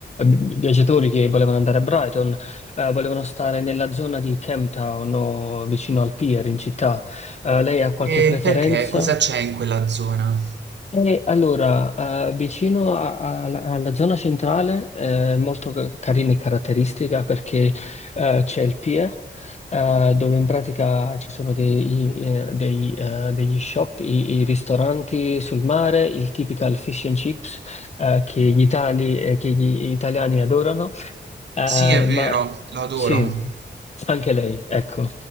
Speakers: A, on the left; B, on the right.
A: vi- viaggiatori che volevano andare a Brighton, eh, volevano stare nella zona di Camptown o vicino al pier in città. Eh, lei ha qualche
B: e
A: preferenza?
B: perché? Cosa c'è in quella zona?
A: E allora, eh, vicino a- a- alla alla zona centrale è molto ca- carina e caratteristica perché eh, c'è il Pie, eh, dove in pratica ci sono dei- eh, dei, eh, degli shop, i, i ristoranti sul mare, il typical fish and chips eh, che gli itali- eh, che gli italiani adorano. Eh,
B: Sì, è vero,
A: ma
B: lo adoro.
A: sì, anche lei, ecco,